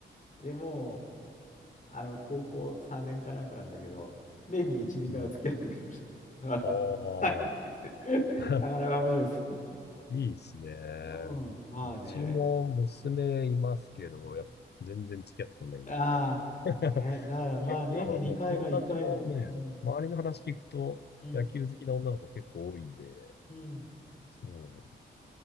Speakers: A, on the left; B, on the left.
A: でもう、あの、高校3年かなんかなんだけど、年に1、2回は付き合ってくれる。
B: うん。
A: <laughs> あの、
B: あ
A: はい。<laughs>
B: あ。
A: なかなか面白いです。
B: <laughs>
A: <laughs>
B: いいですね。
A: うん、まあね。
B: うちも娘いますけど、やっぱ全然付き合ってくれないんで。
A: ああ、
B: <laughs>
A: ね、だからまあ年に2回が1回の、
B: 結構なんかもう友達のね、
A: うん、
B: 周りの話聞くと、
A: うん、
B: 野球好きな女の子結構多いんで、
A: うん。
B: そ